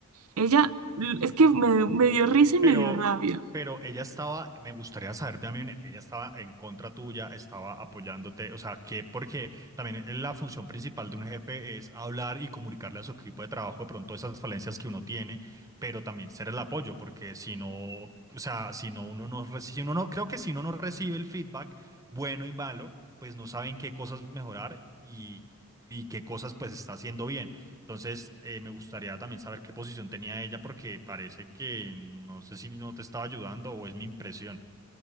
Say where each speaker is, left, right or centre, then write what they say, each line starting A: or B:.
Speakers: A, on the right; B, on the right.
A: Ella, l- es que me, me dio risa y
B: Pero,
A: me dio rabia.
B: pero ella estaba, me gustaría saber, también, ella estaba en contra tuya, estaba apoyándote, o sea, que porque también la función principal de un jefe es hablar y comunicarle a su equipo de trabajo de pronto esas falencias que uno tiene, pero también ser el apoyo, porque si no, o sea, si no uno no recibe, si uno no, creo que si uno no recibe el feedback bueno y malo, pues no saben qué cosas mejorar y, y qué cosas pues está haciendo bien. Entonces, eh, me gustaría también saber qué posición tenía ella porque parece que no sé si no te estaba ayudando o es mi impresión.